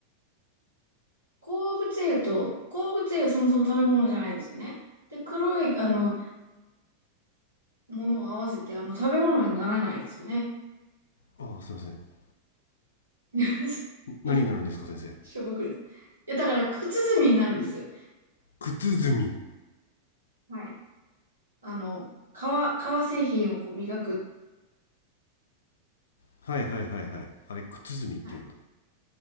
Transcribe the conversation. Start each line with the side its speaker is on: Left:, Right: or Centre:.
Right: 鉱物油と、鉱物油はそもそも食べ物じゃないですよね。で、黒い、あの、ものを合わせて、あの、食べ物にならないですよね。
Left: ああ、すいません。
Right: <laughs> え
Left: 何になるんですか、先生。
Right: しょぼくれた。いや、だから、靴墨みになるんです。
Left: 靴ずみ。
Right: はい。あの、革、革製品をこう磨く。
Left: はいはいはいはい。あれ、靴ずみって言うんだ。
Right: はい。